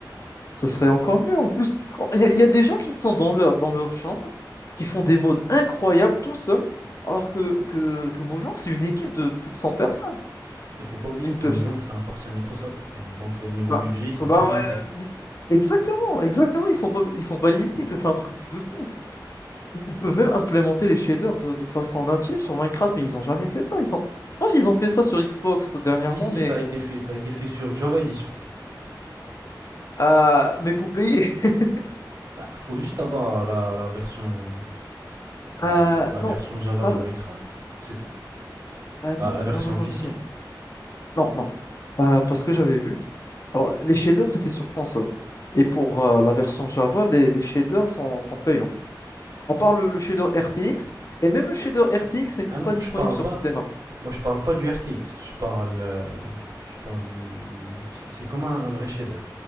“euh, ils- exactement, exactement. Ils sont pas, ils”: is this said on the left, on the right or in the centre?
Left